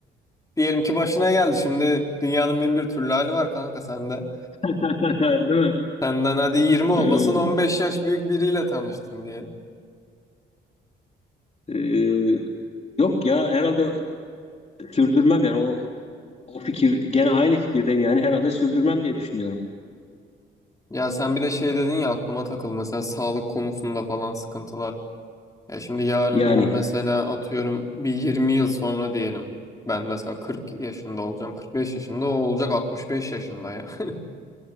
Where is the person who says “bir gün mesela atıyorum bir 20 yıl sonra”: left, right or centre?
Left